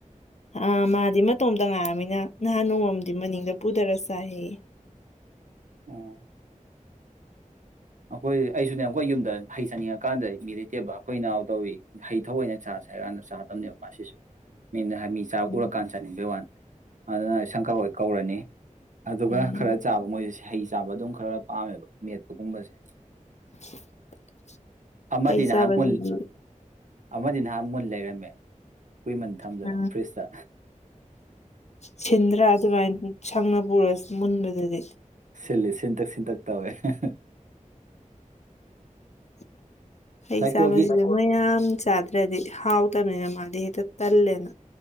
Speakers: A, on the left; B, on the right.
A: ꯑ ꯃꯥꯗꯤ ꯃꯇꯣꯝꯇ ꯉꯥꯏꯔꯕꯝꯃꯤꯅ ꯅꯍꯥꯟ ꯅꯣꯡꯃ ꯑꯝꯗꯤ ꯃꯅꯤꯡꯗ ꯄꯨꯊꯔꯥ ꯆꯥꯏꯌꯦ
B: ꯎꯝ ꯑꯩꯈꯣꯏ ꯑꯩꯁꯨꯅꯦ ꯑꯩꯈꯣꯏ ꯌꯨꯝꯗ ꯍꯩ ꯆꯥꯅꯤꯡꯉ ꯀꯥꯟꯗ ꯃꯤ ꯂꯩꯇꯦꯕ ꯑꯩꯈꯣꯏ ꯅꯥꯎ ꯇꯧꯋꯤ ꯍꯩ ꯊꯧ ꯑꯣꯏꯅ ꯆꯥꯁꯦ ꯍꯥꯏꯔ ꯀꯥꯟꯗ ꯆꯥꯗꯕꯅꯦꯕ ꯃꯁꯤꯁꯨ ꯃꯤꯅ ꯅꯍꯥꯟ ꯃꯤ ꯆꯥꯕ
A: ꯎꯝ
B: ꯎꯔꯀꯥꯟ ꯆꯥꯅꯤꯡꯕꯩ ꯋꯥꯅꯤ ꯑꯗꯨꯅ ꯑꯩ ꯁꯝ ꯀꯛꯑꯣꯏ ꯀꯛꯎꯔꯅꯤ ꯑꯗꯨꯒ
A: ꯎꯝ
B: ꯈꯔ ꯆꯥꯕ ꯃꯣꯏꯁꯤꯁꯦ ꯍꯩ ꯆꯥꯕ ꯑꯗꯨꯝ ꯈꯔ ꯄꯥꯝꯃꯦꯕ ꯃꯦꯠꯄꯒꯨꯝꯕꯁꯦ <inaudible>
A: <inaudible>
B: ꯑꯃꯗꯤꯅꯍꯜ
A: ꯍꯩ ꯆꯥꯕꯖꯤꯗꯤ
B: ꯃꯨꯜ ꯑꯃꯗꯤ ꯅꯍꯥꯟ ꯃꯨꯟ ꯂꯩꯔꯝꯃꯦ ꯀꯨꯏꯃꯟ ꯊꯝꯗꯅ
A: ꯑ
B: ꯐ꯭ꯔꯤꯖꯇ
A: ꯁꯤꯟꯗ꯭ꯔꯥ ꯑꯗꯨꯃꯥꯏꯟ ꯐꯪꯑꯕꯣꯁ ꯃꯨꯟꯕꯗꯨꯗꯤ
B: ꯁꯤꯜꯂꯤ ꯁꯤꯟꯇꯛ ꯁꯤꯟꯇꯛ ꯇꯧꯋꯦ ꯍꯦꯍꯦ
A: <inaudible> ꯍꯩ
B: ꯂꯩꯀꯣꯜꯒꯤ
A: ꯆꯥꯕꯁꯤꯗ ꯃꯌꯥꯝ ꯆꯥꯗ꯭ꯔꯗꯤ ꯍꯥꯎ <unintelligible> ꯃꯥꯗꯤ ꯍꯦꯛꯇ ꯇꯂꯦꯕ